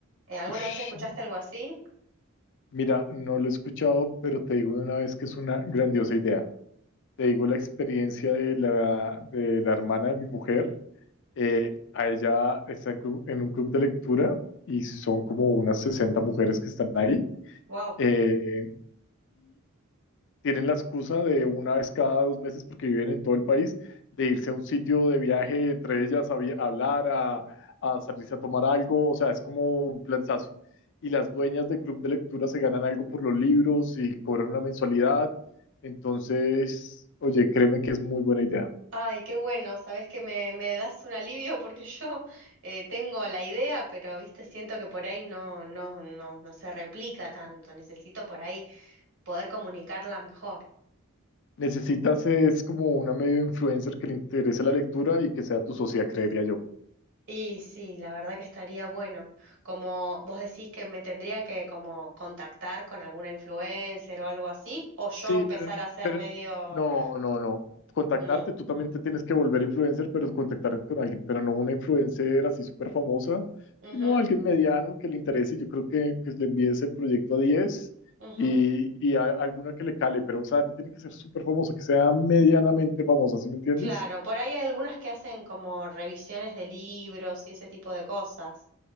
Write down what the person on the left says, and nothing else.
Ush,
mira, no lo he escuchado, pero te digo de una vez que es una grandiosa idea. Te digo la experiencia de la, de la hermana de mi mujer. Eh, a ella está en, club- en un club de lectura y son como unas 60 mujeres que están ahí.
Eh, tienen la excusa de una vez cada dos meses, porque viven en todo el país, de irse a un sitio de viaje, entre ellas a, vi- a hablar, a, a salirse a tomar algo, o sea, es como un planazo Y las dueñas del club de lectura se ganan algo por los libros y cobran una mensualidad. Entonces, oye, créeme que es muy buena idea.
Necesitas es como una medio influencer que le interese la lectura y que sea tu socia, creería yo.
Sí,
pero,
pero
no, no, no. Contactarte,
tú también te tienes que volver influencer, pero contactarte con alguien, pero no una influencer así súper famosa,
sino alguien mediano que le interese. Yo creo que, que le envíes el proyecto a 10
y, y a- alguna que le cale, pero o sea, no tiene que ser súper famosa, que sea medianamente famosa, ¿sí me entiendes?